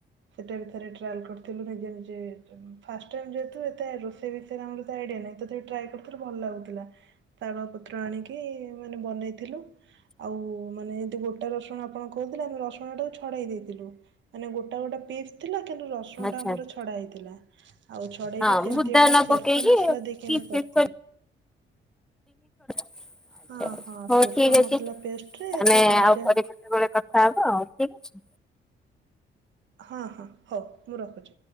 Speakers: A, on the right; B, in the centre.
A: ସେଟା ବି ଥରେ ଟ୍ରାଏଲ୍‌ କରିଥିଲୁ ନିଜେ ନିଜେ ଫାଷ୍ଟ ଟାଇମ୍ ଯେହେତୁ, ଏତେ ରୋଷେଇ ବିଷୟରେ ଆମର ଏତେ ଆଇଡ଼ିଆ ନାହିଁ, ତଥାପି ଟ୍ରାଏ କରିଥିଲୁ ଭଲ ଲାଗୁଥିଲା। ତାଳ ପତ୍ର ଆଣିକି, ମାନେ ବନେଇ ଥିଲୁ, ଆଉ ମାନେ <unintelligible> ଗୋଟା ରସୁଣ ଆପଣ କହୁଥିଲେ, ଆମେ ରସୁଣ ଟାକୁ ଛଡ଼େଇ ଦେଇଥିଲୁ, ମାନେ ଗୋଟା ଗୋଟା ପିସ୍‌ ଥିଲା କିନ୍ତୁ ରସୁଣ
B: ଆଚ୍ଛା
A: ଟା ଆମର ଛଡା ହେଇଥିଲା। ଆଉ ଛଡ଼େଇକି
B: ହଁ
A: <unintelligible>
B: ବୁଦା ନ
A: ସୋରିସ
B: ପକେଇକି
A: ମସଲା ଦେଇକି
B: ପିସ୍
A: ଆମେ
B: ପିସ୍
A: କରିଥିଲୁ।
B: <unintelligible>
A: ହଁ ହଁ
B: ହଉ
A: ସୋରିଷ
B: ଠିକ
A: ମସଲା
B: ଅଛି,
A: ପେଷ୍ଟରେ
B: ଆମେ
A: ଟିକେ କଞ୍ଚା
B: ଆଉ କରିବୁ ସେତବେଳେ କଥା ହବ, ଠିକ ଅଛି।
A: ହଁ ହଁ, ହଉ ମୁଁ ରଖୁଛି।